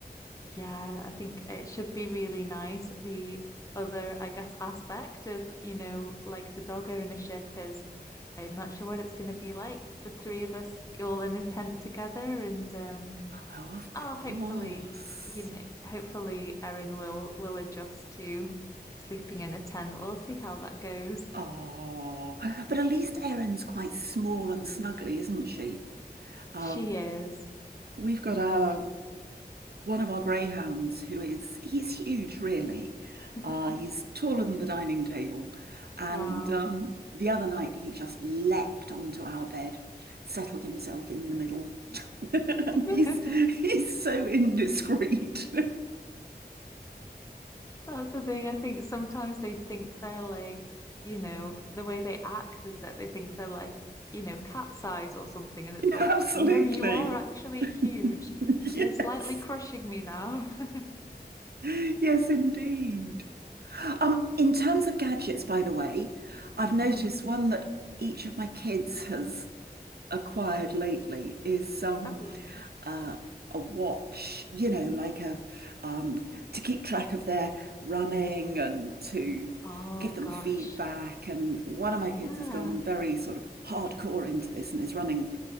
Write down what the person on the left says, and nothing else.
Yeah, I think it should be really nice. The other, I guess, aspect of, you know, like the dog ownership is I'm not sure what it's going to be like. The three of us all in a tent together and um
oh, hopefully, you know, hopefully Erin will will adjust to sleeping in a tent. We'll see how that goes.
She is.
<laughs>
Wow.
<laughs>
That's the thing. I think sometimes they think they're like, you know, the way they act is that they think they're like, you know, cat size or something. And it's
like,
no, you are actually
huge.
You're slightly crushing me now. <laughs>
Mm.
Oh.
Oh
gosh.
Yeah.